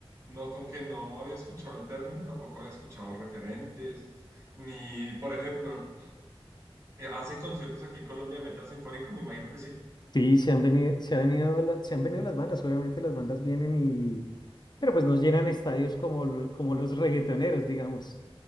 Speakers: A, on the right (about 30°); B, on the left (about 45°).
A: no, como que no había escuchado el término, tampoco había escuchado referentes, ni, por ejemplo, eh, hacen conciertos aquí en Colombia de metal sinfónico, me imagino que sí.
B: Sí, se han venido, se ha venido la- se han venido las bandas, obviamente las bandas vienen y, pero pues nos llenan estadios como, lo- como los reggaetoneros, digamos.